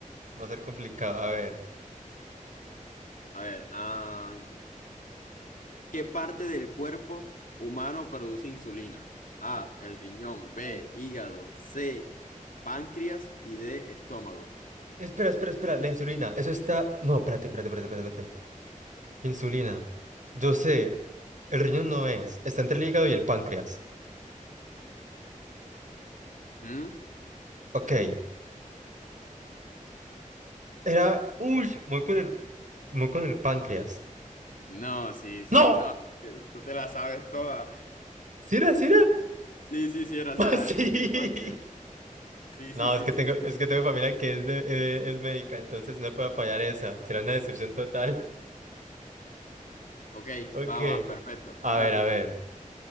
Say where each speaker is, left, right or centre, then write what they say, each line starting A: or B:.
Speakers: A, on the right (about 65°); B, on the left (about 75°).
A: va a ser complicado. A ver.
B: A ver, ah, ¿qué parte del cuerpo humano produce insulina? A, el riñón, B,
A: Ay.
B: hígado, C, páncreas y D, estómago.
A: Espera, espera, espera. La insulina. Eso está. No, espérate, espérate, espérate, espérate. espérate. Insulina. Yo sé. El riñón no es. Está entre el hígado y el páncreas.
B: Ujú.
A: Ok. Era. Uy, muy con el. Muy con el páncreas.
B: No, sí, sí,
A: ¡No!
B: no, eh, tú te la sabes toda.
A: ¿Sí era? ¿Sí era?
B: Sí, sí, sí, era,
A: <laughs>
B: sí, era
A: Sí.
B: eso, es el páncreas. Sí,
A: No,
B: sí, sí,
A: es que
B: sí,
A: tengo,
B: sí.
A: es que tengo familia que es de, eh, es médica, entonces no puedo apoyar esa. Será una decepción total. <laughs>
B: Ok,
A: Ok.
B: va, va, perfecto.
A: A
B: Ahora
A: ver, a
B: tú.
A: ver.